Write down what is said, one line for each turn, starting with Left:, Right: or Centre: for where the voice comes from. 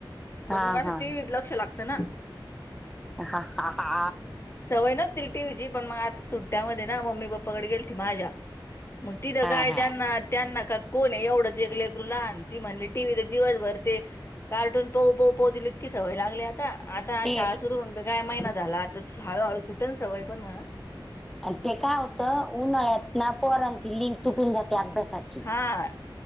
Centre: हा
Left: पण मग असं
Centre: हा
Left: टीव्हीत लक्ष लागतं ना
Centre: ह ह हा
Left: सवय नव्हती तिला टीव्हीची पण मग आता सुट्ट्यामध्ये ना मम्मी पप्पाकडे गेलती माझ्या. मग तिथं
Centre: हा
Left: काय
Centre: हा
Left: त्यांना त्यांना का कोण आहे एवढंच एक लेकरू लहान ती म्हणली टी व्ही तर दिवसभर ते कार्टून पाहू पाहू पाहू तीला इतकी सवय लागली आता. आता
Centre: ते
Left: शाळा सुरू होऊन काय महिना झाला आता हळूहळू सुटेल सवय पण म्हणा.
Centre: अ ते काय होतं उन्हाळ्यात ना पोहरांची लिंक तुटून जाते अभ्यासाची.
Left: हां!